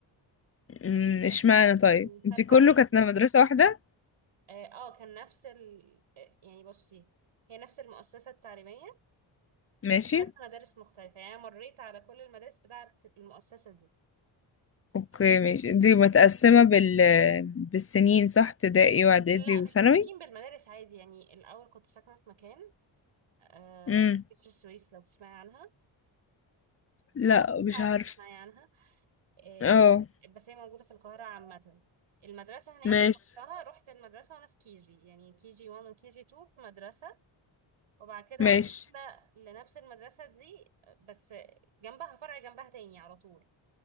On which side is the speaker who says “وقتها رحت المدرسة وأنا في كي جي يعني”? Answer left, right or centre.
Right